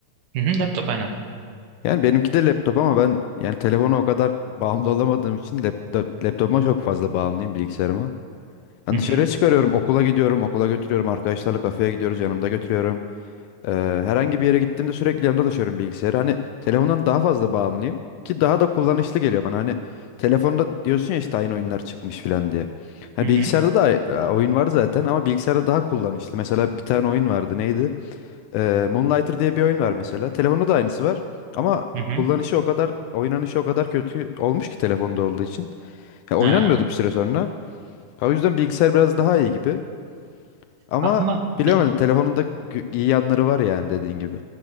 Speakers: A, on the right; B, on the left.
A: Hı hı, laptop aynen.
B: Yani benimki de laptop ama ben yani telefona o kadar <laughs> bağımlı olamadığım için laptop, laptopuma çok fazla bağımlıyım bilgisayarıma. Yani
A: Hı
B: dışarıya
A: hı,
B: çıkarıyorum, okula gidiyorum, okula götürüyorum, arkadaşlarla kafeye gidiyoruz, yanımda götürüyorum. Eee, herhangi bir yere gittiğimde sürekli yanımda taşıyorum bilgisayarı. Hani telefondan daha fazla bağımlıyım ki daha da kullanışlı geliyor bana. Hani telefonda diyorsun ya işte aynı oyunlar çıkmış filan diye. Hani
A: hı hı.
B: bilgisayarda da e, oyun var zaten ama bilgisayarda daha kullanışlı. Mesela bir tane oyun vardı neydi? Eee, Moonlighter diye bir oyun var mesela. Telefonda da aynısı var. Ama
A: Hı hı.
B: kullanışı o kadar, oynanışı o kadar kötü olmuş ki telefonda olduğu için. Ya oynanmıyordu
A: Ha.
B: bir süre sonra. O yüzden bilgisayar biraz daha iyi gibi. Ama
A: Ama bil-
B: bilemedim. Telefonun da gü- iyi yanları var yani dediğin gibi.